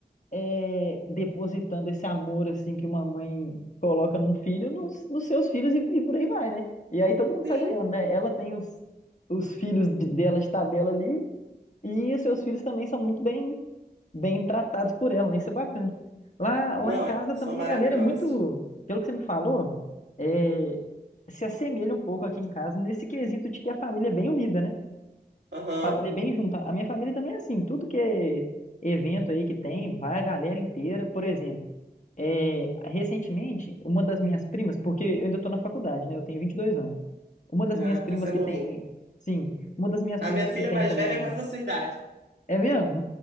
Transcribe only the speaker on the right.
Sim.
Não,
é- são
maravilhosos.
Aham.
Ah,
tá sendo
novinho.
A
minha filha
mais
velha é quase a sua idade.